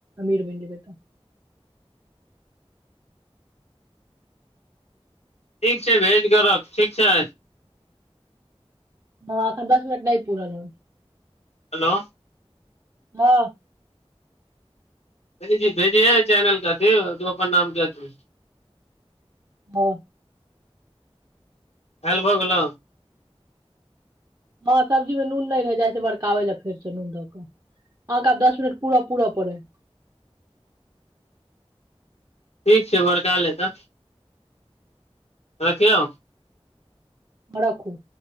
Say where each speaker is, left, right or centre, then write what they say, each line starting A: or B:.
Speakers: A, on the right; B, on the left.
A: अमीर बनि जेबै तब।
B: ठीक छै भेज कर रख ठीक छै।
A: हँ अखनि दस मिनट नहि पूरल हन्।
B: हेलो
A: हँ
B: भेजी जी भेजेहये चैनल के अथी तू अपन नाम के अथी।
A: ह
B: खायल भऽ गेलो?
A: हँ सब्जी मे नून नहि रहि जाइ छियै बरकाबै लए फेरसँ नून दऽ कऽ अहाँके आब दस मिनट पूरा पूरा पड़ै है।
B: ठीक छै बड़का ल हे तऽ। रखियौ?
A: हँ रखू।